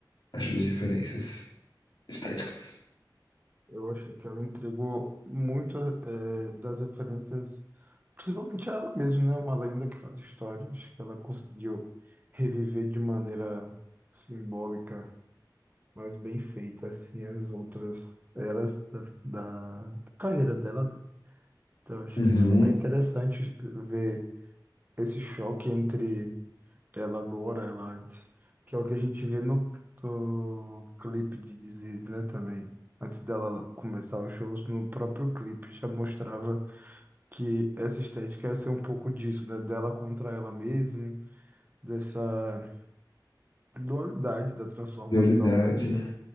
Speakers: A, on the left; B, on the right.
A: achou das referências estéticas?
B: Eu achei que ela entregou muito eh, das referências, principalmente ela mesma, né? Uma lenda que faz histórias, que ela conseguiu reviver de maneira simbólica, mas bem feita, assim, as outras eras da, da carreira dela. Então, acho
A: Uhum,
B: que isso foi bem interessante ver esse choque entre ela agora, ela antes. Que é o que a gente vê no, no clipe de Disease, né, também. Antes dela começar os shows, no próprio clipe já mostrava que essa estética ia ser um pouco disso, né? Dela contra ela mesma, dessa dualidade da transformação,
A: dualidade.
B: né? Que